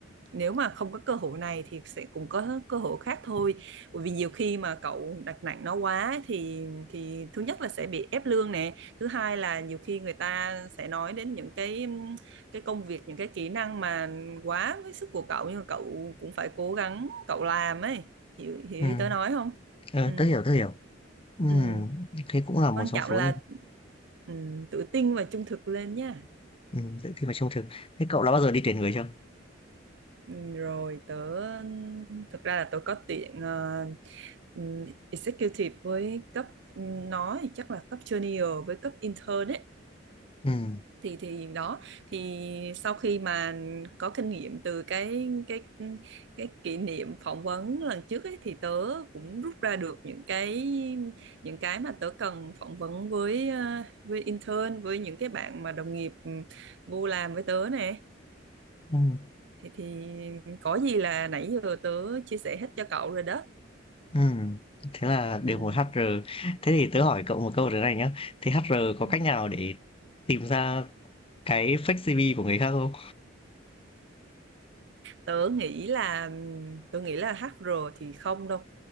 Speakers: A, on the right; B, on the left.
A: nếu mà không có cơ hội này thì sẽ cũng có cơ hội khác thôi bởi vì nhiều khi mà cậu đặt nặng nó quá ấy thì thì thứ nhất là sẽ bị ép lương nè thứ hai là nhiều khi người ta sẽ nói đến những cái cái công việc những cái kỹ năng mà quá với sức của cậu nhưng mà cậu cũng phải cố gắng cậu làm ấy hiểu hiểu
B: Ừm,
A: ý tớ nói không
B: ờ,
A: ừ.
B: tớ hiểu, tớ hiểu. Ừm,
A: Ừ.
B: thế cũng là một
A: quan
B: trong
A: trọng
B: số
A: là
B: những
A: ừ, tự tin và trung thực lên nha
B: ừm, những khi mà trông thực Thế cậu đã bao giờ đi tuyển người chưa?
A: ừ, rồi tớ thực ra là tớ có tuyển ờ, ừ, executive với cấp nó thì chắc là cấp junior với cấp intern ấy
B: Ừm.
A: thì thì đó thì sau khi mà có kinh nghiệm từ cái cái cái kỷ niệm phỏng vấn lần trước ấy, thì tớ cũng rút ra được những cái những cái mà tớ cần phỏng vấn với ờ, với intern với những cái bạn mà đồng nghiệp ừ, vô làm với tớ nè
B: Ừm,
A: thì thì có gì là nãy giờ tớ chia sẻ hết cho cậu rồi đó
B: ừm, thế là
A: ừ.
B: đều một HR. Thế thì tớ hỏi cậu một câu thế này nhá, thế HR có
A: ừ.
B: cách nào để tìm ra cái fake CV của người khác không?
A: tớ nghĩ là tớ nghĩ là hát HR thì không đâu